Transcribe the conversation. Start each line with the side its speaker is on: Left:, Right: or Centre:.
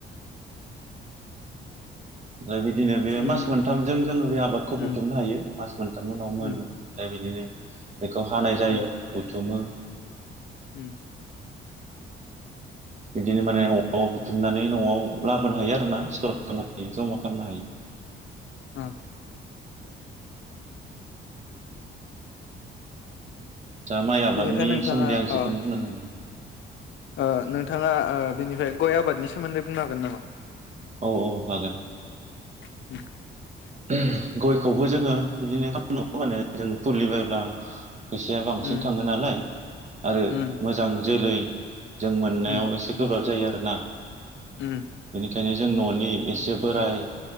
Right: <unintelligible> बिदिनो बे
Left: उम
Right: मास मोनथामजों जोङो बे आबादखौ
Left: उम
Right: बुथुमनो हायो मास मोनथामनि उनाव मोनो
Left: उम
Right: जाय बिदिनो <inaudible> बेखौ हानाय जायो
Left: उम
Right: हुथुमो ।
Left: उम
Right: बिदिनो माने <unintelligible> बुथुमनानै न'आव लाबोनो हायो आरो ना । <unintelligible> हायो जमा खामनो हायो ।
Left: ओ।
Right: दा माइ आबादनि
Left: बेनिफ्राय नोंथाङा
Right: सोमोन्दै आं जेखोनो
Left: अ
Right: बुंनो रोङो
Left: ओ नों थाङा ओ बिनिफ्राय गय आबादनि सोमोन्दै बुंनो हागोन नामा?
Right: औ औ हागोन।
Left: <unintelligible>
Right: उमह गयखौबो जोङो बिदिनो <unintelligible> मोनो जों फुलि बायब्ला फैसाया बांसिन
Left: उम
Right: थाङो नालाय आरो
Left: उम
Right: मोजां जोलै <inaudible> जों मोननायाव
Left: उम
Right: एसे गोब्राब जायो आरो ना।
Left: उम।
Right: खायनो जों न'नि एसे बोराय